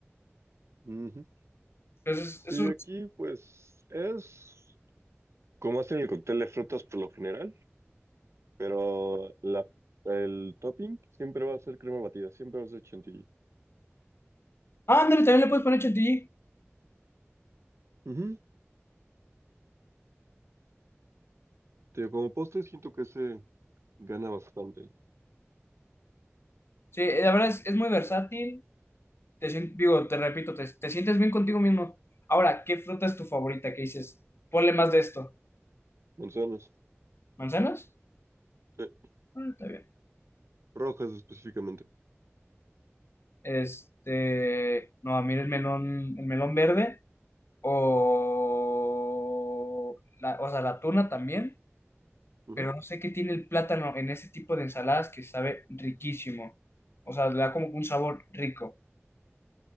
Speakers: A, on the right; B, on the left.
A: Ujú.
B: Entonces,
A: Sí,
B: es un...
A: aquí pues es como hacen el cóctel de frutas por lo general, pero la, el topping siempre va a ser crema batida, siempre va a ser chantilly.
B: Ah, ándale, también le puedes poner chantilly.
A: Ujú. Tío, como postre siento que se gana bastante.
B: Sí, la verdad es, es muy versátil. Te, sien- digo, te repito, te, te sientes bien contigo mismo. Ahora, ¿qué fruta es tu favorita? ¿Qué dices? Ponle más de esto.
A: Manzanas,
B: ¿Manzanas?
A: eh,
B: Ah, está bien.
A: rojas específicamente.
B: Este, no, a mí el melón, el melón verde. o, la, o sea, la tuna también,
A: Ujú.
B: pero no sé qué tiene el plátano en ese tipo de ensaladas que sabe riquísimo. O sea, le da como un sabor rico.